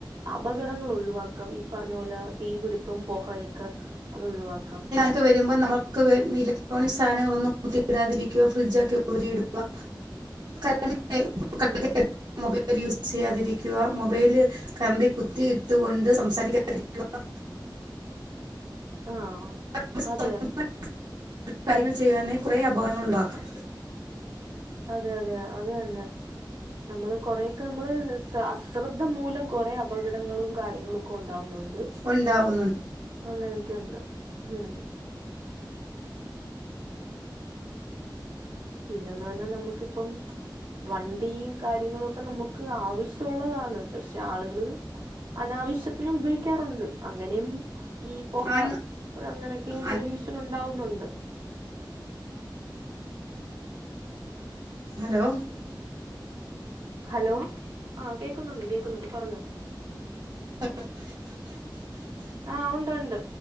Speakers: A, on the right; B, on the right.
A: അപകടങ്ങള് ഒഴിവാക്കാം ഈ പറഞ്ഞാ പോലെ തീപിടുത്തം പോഹയൊക്കെ അത് ഒഴിവാക്കാം
B: ഒക്കെ വരുമ്പോ നമ്മക്ക് വേ ഇലക്ട്രോണിക് സാധനങ്ങളൊന്നും കുത്തി ഇടതിരിക്ക്യായാ ഫ്രിഡ്ജൊക്കെ ഊരി ഇട്കാ <unintelligible>
A: ഉം.
B: മൊബൈല് യൂസ് ചെയ്യാതിരിക്ക്യാ മൊബൈല് കാറാണ്ടി കുത്തി ഇട്ടുകൊണ്ട് സംസാരിക്ക്യായാതേ ഇരിക്ക്യൂവാ
A: ആഹ്
B: <unintelligible>
A: അതെ.
B: കാര്യങ്ങൾ ചെയ്യ്ന്നാതിന് കുറേ അപകടങ്ങൾ ഒഴിവാക്കം
A: അതെ അതെ അത് തന്നെ നമ്മള് കൊറയൊക്കെ നമ്മള് സ അശ്രദ്ധ മൂലം കൊറെ അപകടങ്ങളും കാര്യങ്ങളൊക്കെ ഒണ്ടാവന്നോണ്ട്
B: ഉണ്ടാവുന്നുണ്ട്
A: അങ്ങനൊക്കെ ഒണ്ട് ഉം പിന്നെന്ന് പറഞ്ഞാ നമ്മാക്ക് ഇപ്പം വണ്ടിയും കാര്യങ്ങളൊക്കെ നമ്മക്ക് ആവിശോള്ളതാണ് പശേ ആള്കള് അനാവിശ്യത്തിനും ഉപയോഗിക്ക്യാറോണ്ട് അങ്ങനെയും ഈ പൊഹ
B: ആണ്-
A: അങ്ങനെയൊക്കെയും
B: ആണ്.
A: പൊല്യൂഷൻ ഒണ്ടാവന്നോണ്ട്
B: ഹലോ
A: ഹലോ ആഹ് കേക്ക്ന്നോണ്ട് കേക്ക്ന്നോണ്ട് പറഞ്ഞോ
B: <inaudible>
A: ആഹ് ഒണ്ട് ഒണ്ട്